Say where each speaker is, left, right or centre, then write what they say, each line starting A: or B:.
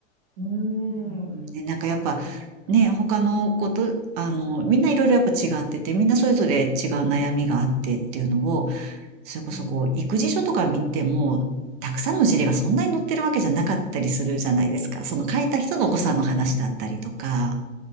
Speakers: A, on the right; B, on the right.
A: うーん、
B: うん、ね、なんかやっぱ、
A: そうですね。
B: ね、他の子と、あの、みんないろいろやっぱ違ってて、みんなそれぞれ違う悩みがあってっていうのを、
A: うん、
B: それこそこう、
A: うん、
B: 育児書とか見ても、たくさんの事例がそんなに載ってるわけじゃなかったりするじゃないですか。
A: うん、
B: その書いた人のお子さんの話だったりとか、
A: うん、